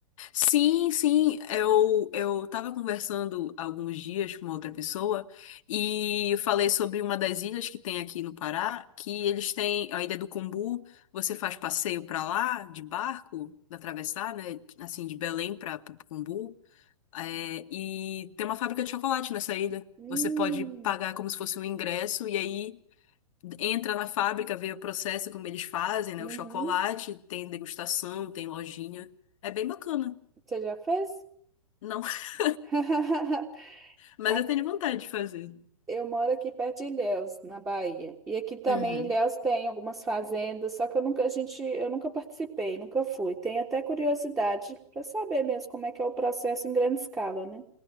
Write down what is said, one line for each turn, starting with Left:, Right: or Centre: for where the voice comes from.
Left: Sim, sim, eu eu tava conversando alguns dias com uma outra pessoa e eu falei sobre uma das ilhas que tem aqui no Pará, que eles têm a Ilha do Cumbu, você faz passeio pra lá de barco, atravessar, né, assim de Belém para Cumbu. É, e tem uma fábrica de chocolate nessa ilha.
Right: Hum,
Left: Você pode pagar como se fosse um ingresso e aí entra na fábrica, vê o processo, como eles fazem, né?
Right: uhum.
Left: O chocolate, tem degustação, tem lojinha. É bem bacana.
Right: Você já fez?
Left: Não, <laughs>
Right: <laughs>
Left: mas
Right: Aqui.
Left: eu tenho vontade de fazer.
Right: Eu moro aqui perto de Ilhéus, na Bahia. E aqui também
Left: Uhum.
Right: em Ilhéus tem algumas fazendas, só que eu nunca, a gente, eu nunca participei, nunca fui. Tenho até curiosidade para saber mesmo como é que é o processo em grande escala, né?